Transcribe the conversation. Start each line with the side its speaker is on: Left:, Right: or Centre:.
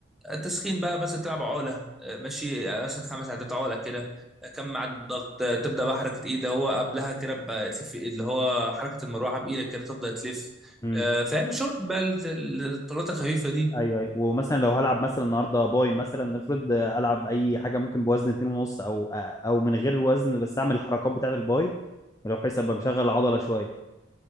Centre: التسخين بقى مثلا تلعب عقله آه، ماشي يعني مثلا خمس عدات عقله كده آه، كم عدد الضغط آه، تبدا بقى حركه ايد اللي هو قبلها كده بقى تلف إيد، اللي هو حركه المروحه بايدك كده تبدا تلف
Left: امم
Centre: آه، فاهم شغل بقى ال- ال- الطلات الخفيفه دي
Left: ايوه ايوه ومثلا لو هلعب مثلا النهارده باي مثلا نفرض آه، العب اي حاجه ممكن بوزن 2 ونص او آه، او من غير وزن بس اعمل الحركات بتاعه الباي لو بحيث ابقى مشغل العضله شويه